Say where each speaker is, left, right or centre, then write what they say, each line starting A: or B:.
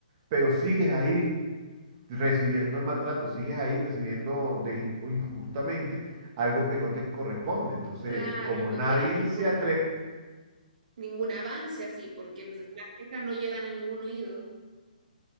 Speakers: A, on the right; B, on the right.
A: pero sigues ahí recibiendo el maltrato, sigues ahí recibiendo de in- injustamente algo que no te corresponde. Entonces,
B: Claro,
A: como
B: no
A: nadie
B: tiene ningún,
A: se atreve,
B: ningún avance así porque las quejas no llegan a ningún oído